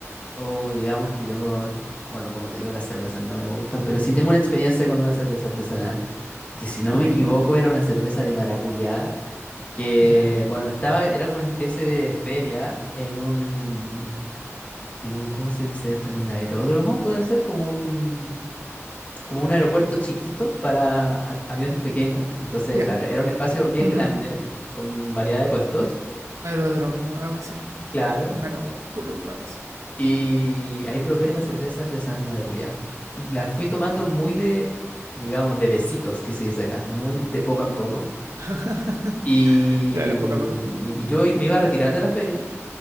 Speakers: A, on the left; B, on the right.
A: O digamos que yo, bueno, como te digo, las cervezas no me gustan, pero sí tengo una experiencia con una cerveza artesanal, que si no
B: ok,
A: me equivoco
B: ya,
A: era una cerveza de maracuyá, que
B: yeah.
A: bueno, estaba, era como una especie de feria en un, en un, ¿cómo se dice esto? En un aeródromo, puede ser, como un, como un aeropuerto chiquito para a- aviones pequeños. Entonces,
B: ya,
A: claro,
B: yeah.
A: era un espacio bien
B: un
A: grande, con variedad de puestos,
B: aeródromo, algo así,
A: claro.
B: un aeroclub, algo así,
A: Y ahí probé
B: ajá,
A: la cerveza artesanal de maracuyá. La fui tomando muy de, digamos, de besitos, que se dice acá, muy de poco en poco.
B: <laughs>
A: Y,
B: claro, poco a poco,
A: y yo me iba a retirar de la feria,